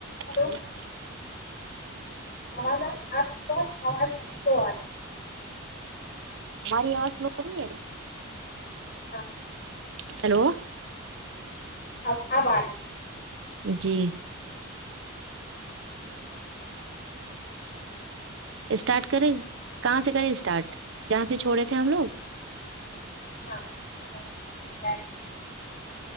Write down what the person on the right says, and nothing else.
ہل <inaudible>
ہماری آواز سلو رہی ہے
ہیلو
جی اسٹارٹ کریں کہاں سے کریں اسٹارٹ جہاں سے چھوڑے تھے ہم لوگ